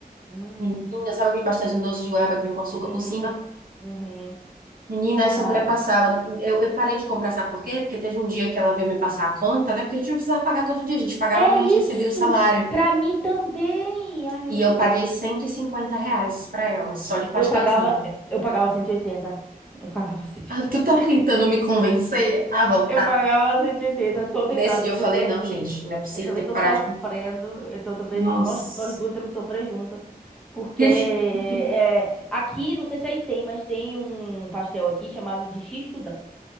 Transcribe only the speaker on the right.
Menina, sabe aquele pastelzinho doce de goiaba que vem com açúcar
por cima?
Menina, essa
mulher passava. Eu, eu parei de comprar, sabe por quê? Porque teve um dia que ela veio me passar a conta, né? Porque a gente não precisava pagar todo dia, a gente pagava
quando a gente recebia
o salário.
E
eu
paguei
150 reais pra ela, só de pastelzinho.
Ah,
tu tá tentando me convencer a voltar?
Nesse dia eu
falei, não, gente, não é possível,
eu tenho
que parar
de. com-
Nossa.
<laughs>